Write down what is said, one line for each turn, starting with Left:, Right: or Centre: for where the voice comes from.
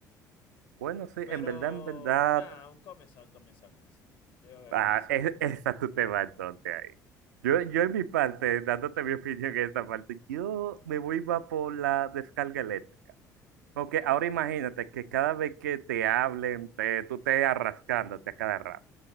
Right: Bueno, sí,
Left: Pero
Right: en verdad, en verdad,
Left: nada, un comezón, comezón, comezón. Yo voy a
Right: ah,
Left: comezón.
Right: es- <laughs> esa tú te vas entonces ahí. Yo, yo en mi parte, dándote mi opinión en esta parte, yo me voy va por la descarga eléctrica. Porque ahora imagínate que cada vez que te hablen, te, tú te arrascándote a cada rato.